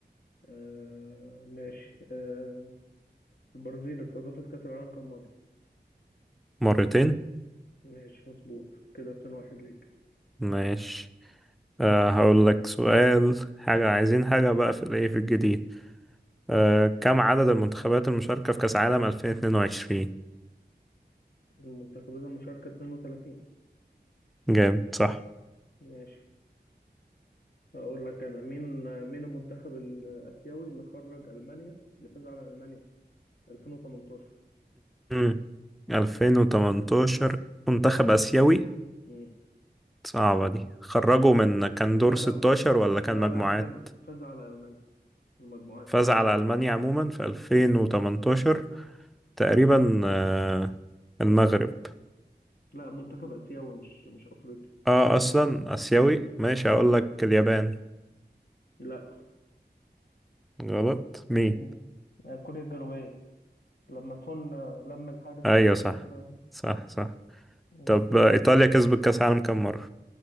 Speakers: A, on the left (about 60°); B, in the centre.
A: آه ماشي آه البرازيل استضافت كأس العالم كم مرة؟
B: مرتين
A: ماشي مظبوط كده 2-1 ليك
B: ماشي أه هقول لك سؤال حاجة عايزين حاجة بقى في الايه في الجديد أه كم عدد المنتخبات المشاركة في كأس عالم 2022
A: المنتخبات المشاركة 32
B: جامد صح
A: ماشي هقول لك أنا مين مين المنتخب الآسيوي اللي خرج ألمانيا اللي فاز على ألمانيا 2018
B: مم. 2018 منتخب آسيوي
A: امم
B: صعبة دي خرجوا
A: فاز
B: من كان دور
A: لا
B: 16
A: لا م-
B: ولا كان
A: لا
B: مجموعات
A: لا فاز فاز على ألمانيا في المجموعات
B: فاز على ألمانيا عموما في 2018
A: امم
B: تقريبا آه، المغرب
A: لا منتخب آسيوي مش مش أفريقي
B: اه اصلا اسيوي
A: امم
B: ماشي اقول
A: امم
B: لك اليابان
A: لا
B: غلط مين
A: امم كوريا الجنوبية لما سون لم الحارس
B: ايوه
A: وراح
B: صح
A: كسر
B: صح صح
A: مم.
B: طب ايطاليا كسبت كاس العالم كام مره